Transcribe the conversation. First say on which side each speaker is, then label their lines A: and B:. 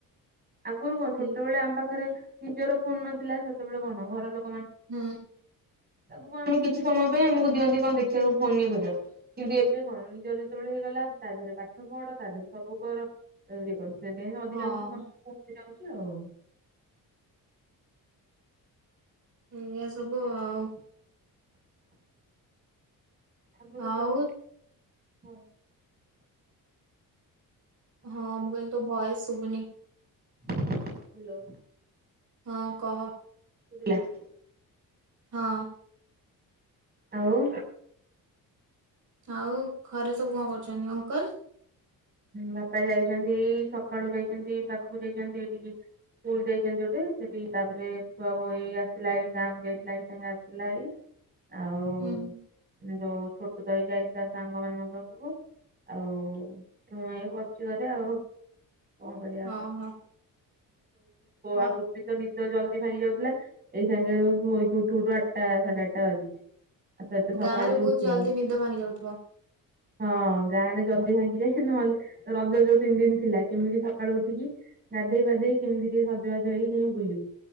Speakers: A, on the right; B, on the right.
A: ଆଗରୁ କଣ
B: ହୁଁ
A: ଛୋଟବେଳେ ଆମ ପାଖରେ ନିଜର ଫୋନ ନଥିଲା ସେତେବେଳେ କଣ ଘର ଲୋକ
B: ହୁଁ।
A: ତାକୁ କଣ ଆମେ କିଛି ସମୟ ପାଇଁ ଆମକୁ ଦିଅନ୍ତି କଣ ଦେଖିବାକୁ ଫୋନ ଇଏ କରିବାକୁ। କିନ୍ତୁ ଏବେ କଣ ନିଜର ଯେତେବେଳେ ହେଇଗଲା ତା ଦେହରେ ପାଠ ପଢ ତା ଦେହରେ ସବୁ କର ସେଥିପାଇଁ ଅଧିକାଂଶ
B: ହଁ
A: <unintelligible> ଯାଉଛି ଆଉ।
B: ଏଇଆ ସବୁ ଆଉ।
A: ଆଗରୁ
B: ଆଉ
A: <unintelligible>
B: ହଁ ମୁଁ କହିଲି ତୋ ଭଏସ୍ ଶୁବୁନି।
A: ହ୍ୟାଲୋ।
B: ହଁ କହ?
A: ଶୁବିଲା‌। ‍
B: ହଁ।
A: ଆଉ?
B: ଆଉ ଘରେ ସବୁ କଣ କରୁଚନ୍ତି ଅଙ୍କଲ?
A: ବାପା ଯାଇଚନ୍ତି ସକାଳୁ ଯାଇଚନ୍ତି ପାଖକୁ ଯାଇଚନ୍ତି ଏଠିକି ସ୍କୁଲ ଯାଇଚନ୍ତି ଗୋଟେ ସେଠି ତାପରେ ଛୁଆ ବହି ଆସିଲା ଗାଁକୁ ଯାଇଥିଲା <unintelligible> ଆସିଲା। ଆଉ
B: ହୁଁ, ହୁଁ।
A: ଯୋଉ ଛୋଟ <unintelligible> ଯାଇଥିଲା ସାଙ୍ଗ ମାନଙ୍କ ପାଖକୁ ଆଉ ମୁଁ ଏଇ ବସଚି ଘରେ ଆଉ। କଣ କରିବା
B: ଓହୋ ମ
A: ଆଉ <unintelligible> ତ ନିଦ ଜଲଦି ଭାଙ୍ଗି ଯାଉଥିଲା ଏଇ ସାଙ୍ଗେ ଶୋଇକି ଉଠୁ ଉଠୁ ଆଠଟା ସାଢେ ଆଠଟା ବାଜୁଛି। ଆଉ ସହିତ ସକାଳୁ
B: ଗାଁ ରେ
A: ବି
B: ବହୁତ
A: ଉଠିବନି
B: ଜଲଦି ନିଦ ଭାଙ୍ଗି ଯାଉଥିବ।
A: ହଁ ଗାଁ ରେ ଜଲଦି ଭାଙ୍ଗିଯାଏ। ନହେଲେ ରଜ ଯୋଉ ତିନି ଦିନ ଥିଲା କେମିତି ସକାଳୁ ଉଠିକି ଗାଧେଇ ପାଧେଇ କେମିତି ଟିକେ ସଜବାଜ ହେଇକି ବୁଲିବୁ